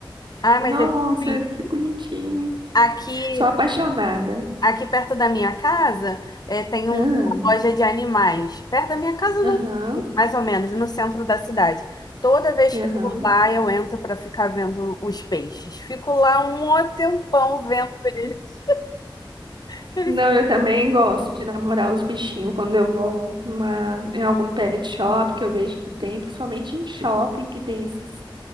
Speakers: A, on the left; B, on the right.
A: Ah,
B: Nossa,
A: mas é pequenininho.
B: que bonitinho.
A: Aqui
B: Sou apaixonada.
A: Aqui perto da minha casa, eh, tem um-
B: Ah,
A: uma loja de animais. Perto da minha casa,
B: Aham,
A: não, mais ou menos, no centro da cidade. Toda vez
B: aham.
A: que eu vou lá, eu entro para ficar vendo os peixes. Fico lá um mó tempão vendo eles. Aqueles
B: Não, eu também gosto de namorar os bichinhos quando eu vou numa- em algum pet shop que eu vejo que tem, principalmente em shopping que tem esses